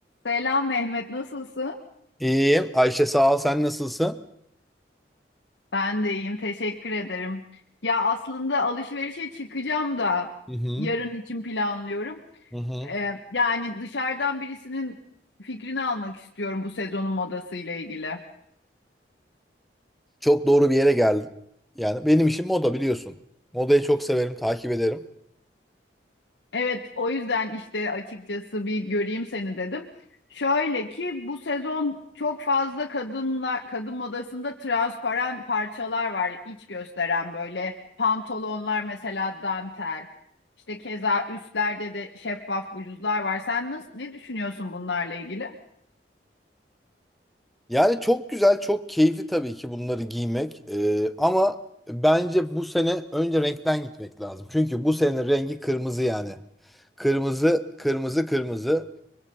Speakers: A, on the left; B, in the centre.
A: Selam Mehmet, nasılsın?
B: İyiyim. Ayşe sağ ol. Sen nasılsın?
A: Ben de iyiyim, teşekkür ederim. Ya aslında alışverişe çıkacağım da
B: Hı hı,
A: yarın için planlıyorum.
B: hı hı.
A: Ee, yani dışarıdan birisinin fikrini almak istiyorum bu sezonun modasıyla ilgili.
B: Çok doğru bir yere geldin. Yani benim işim moda biliyorsun. Modayı çok severim, takip ederim.
A: Evet, o yüzden işte açıkçası bir göreyim seni dedim. Şöyle ki bu sezon çok fazla kadınla kadın modasında transparan parçalar var iç gösteren böyle pantolonlar mesela dantel. İşte keza üstlerde de şeffaf bluzlar var. Sen nasıl ne düşünüyorsun bunlarla ilgili?
B: Yani çok güzel, çok keyifli tabii ki bunları giymek. Ee, ama bence bu sene önce renkten gitmek lazım. Çünkü bu sene rengi kırmızı yani. Kırmızı, kırmızı, kırmızı.